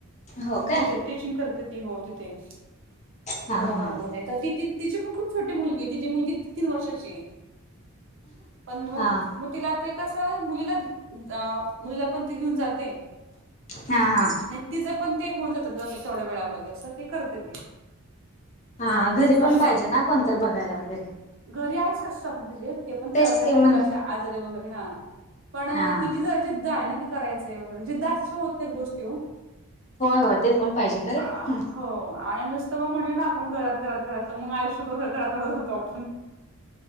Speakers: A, on the left; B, on the right.
A: हो काय
B: टीचर टीचिंग करते ती हो तिथे.
A: हां
B: कोल्हापूरमध्ये
A: हां
B: तर तिथ तिची पण खूप छोटी मुलगी आहे तिची मुलगी तीन वर्षाची आहे पण मग
A: हां
B: मग तिला ते कसं मुलीला मुलीला पण ती घेऊन जाते
A: हा हा
B: तिज पण ते होऊन जातात तेवड्या वेळामध्ये तर ते करते ती
A: हा घरी
B: असं चालू
A: पण पाहिजे
B: आहे.
A: ना कोणत तर बघायला वगैरे
B: घरी आहे सासू सासरे तिझे ते पण
A: तेच
B: <inaudible> जरा
A: की मग
B: असे आजारे वगैरे हा पण
A: हां
B: तिझी जरा जिद्द आहे ना का करायच वगैरे जिद्द असल्याशिवाय होत नाहित गोष्टी ओ
A: होय होय ते पण पाहिजे खरं
B: अ हो आणि नुस तर मग म्हटलं ना आपण घरात घरात घरात तर मग आयुष्यात घरात राहतो आपण